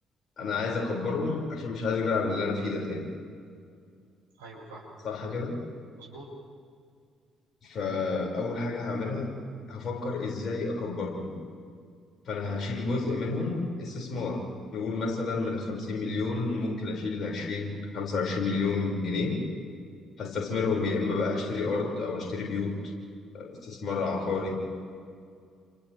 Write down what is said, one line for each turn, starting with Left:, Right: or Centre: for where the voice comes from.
Left: انا عايز اكبرهم عشان مش عايز ارجع اللي انا فيه ده تاني
Right: ايوه فاهمك
Left: صح كده
Right: مظبوط
Left: فاول حاجه هعملها هفكر ازاي اكبرهم فانا هشيل جزء منهم استثمار نقول مثلا من 50 مليون ممكن اشيل 20 25 مليون جنيه هستثمرهم يا اما بقى هشتري ارض او هشتري بيوت استثمار عقاري